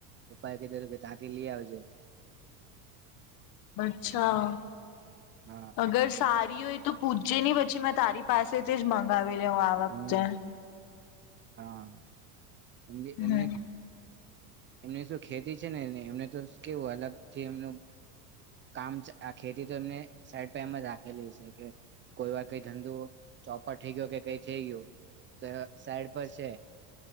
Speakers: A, on the right (about 25°); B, on the left (about 50°).
A: પપ્પા એ કીધો કે ત્યાંથી લઈ આવજે.
B: અચ્છા!
A: હા
B: અગર સાર <inaudible> હોય તો પૂછે નહી, પછી મેં તારી પાસેથી જ મગાવી. પેલી હું આ વખતે
A: હમ હા! <unintelligible>
B: હમ
A: એમને એમની શું ખેતી છે ને, ને એમને તો કેવું? અલગ થી એમનું કામ, આ ખેતી તો એમને સાઈડ પ એમ જ રાખેલી છે, કે કોઈ વાર કંઈ ધંધો ચોપટ થઈ ગયો, કે કંઈ થઈ ગયું, તો સાઈડ પછે